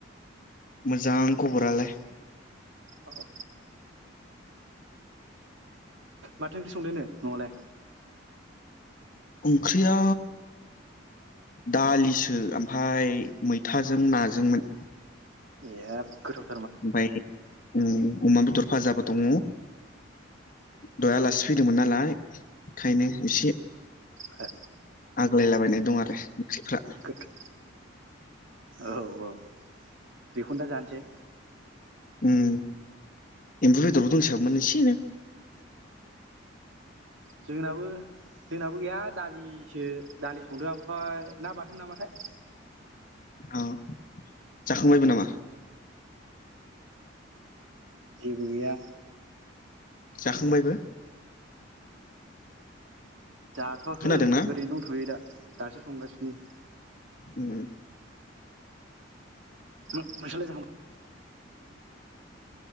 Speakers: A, on the left; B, on the right.
A: मोजां खौबरालाय।
B: औ माथो ओंख्रि संदोनो न'आव लाय?
A: ओंख्रिया दालिसो आमफाय मैथाजों नाजोंमोन।
B: <unintelligible> गोथाव
A: बायाखै उम अमा बेदर फाजाबो दङ। दहाय आलासि फैदोंमोन नालाय। खायनो एसे
B: हो
A: आग्लायलाबायनाय दं आरो ओंख्रिफ्रा।
B: गोथाव औ औ बेखौनो दा जानोसै।
A: उम एमबु बेदरबो दंसाबोमोन एसेनो।
B: जोंनाबो जोंनाबो गैया दालिसो दालि संदो आमफाय ना बाथोन नामाथाय।
A: अ जाखांबायबो नामा?
B: जेबो गैया।
A: जाखां बायबो?
B: जाथ'वाखै
A: खोनादोंना
B: ओरैनो दंथ'यो दा दासो संगासिनो। <inaudible>
A: उम
B: नोंसालाय जाखांबा